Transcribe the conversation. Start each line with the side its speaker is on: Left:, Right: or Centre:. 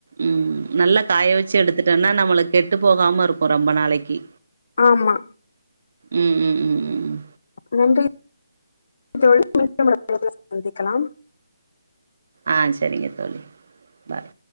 Right: உம் நல்லா காய வச்சு எடுத்துட்டனா நம்மளுக் கெட்டு போகாமருக் கு ரொம்ப நாளைக்கி
Left: ஆமா
Right: உம் உம் உம் உம் உம்
Left: நன்றி தோழி மீண்டும் <unintelligible> சந்திக்கலாம்
Right: ஆஹ் சரிங்க தோழி பாய்